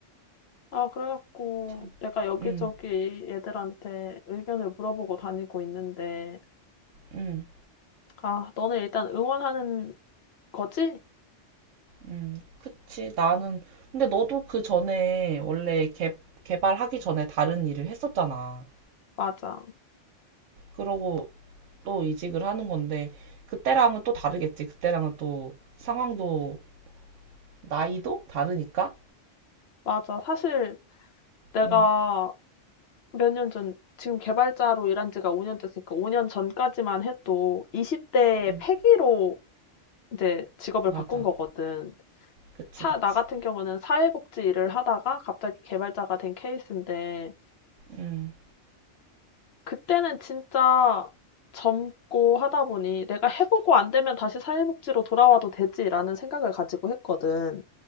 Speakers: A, on the left; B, on the right.
A: 아 그래 갖고
B: 참.
A: 내가 여기저기
B: 음,
A: 애들한테 의견을 물어보고 다니고 있는데
B: 음,
A: "아 너네 일단 응원하는 거지?"
B: 음. 그치. 나는. 근데 너도 그 전에 원래 개, 개발하기 전에 다른 일을 했었잖아.
A: 맞아.
B: 그러고 또 이직을 하는 건데, 그때랑은 또 다르겠지. 그때랑은 또 상황도, 나이도 다르니까.
A: 맞아. 사실 내가
B: 음,
A: 몇 년 전, 지금 개발자로 일한 지가 5년 됐으니까 5년 전까지만 해도 20대의
B: 음,
A: 패기로 이제 직업을
B: 맞아.
A: 바꾼 거거든.
B: 그치,
A: 사,
B: 그치.
A: 나 같은 경우는 사회복지 일을 하다가 갑자기 개발자가 된 케이스인데,
B: 음.
A: 그때는 진짜 젊고 하다 보니 내가 해보고 안 되면 다시 사회복지로 돌아와도 되지라는 생각을 가지고 했거든.